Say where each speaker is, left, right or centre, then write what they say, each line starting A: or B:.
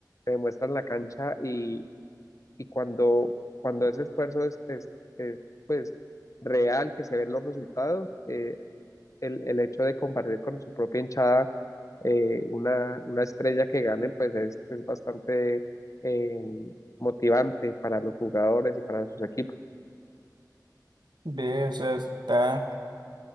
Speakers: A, on the left; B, on the right.
A: se demuestra en la cancha y, y cuando, cuando ese esfuerzo es, es- es, pues real, que se ven los resultados, eh, el, el hecho de compartir con su propia hinchada eh, una, una estrella que gane, pues es, es bastante eh, motivante para los jugadores y para sus equipos.
B: Ve, o sea, está,